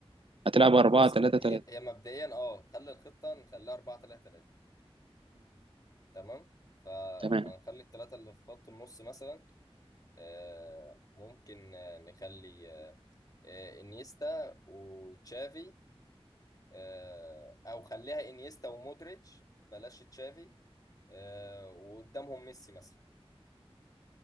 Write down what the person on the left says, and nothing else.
بص
هي
هي مبدئيا اه خلي الخطه نخليها 4 3 3 تمام فهنخلي
الثلاثه اللي في خط النص مثلا آه، ممكن آه، نخلي آه، آه، انيستا وتشافي آه، او خليها انيستا ومودريتش بلاش تشافي آه، وقدامهم ميسي مثلا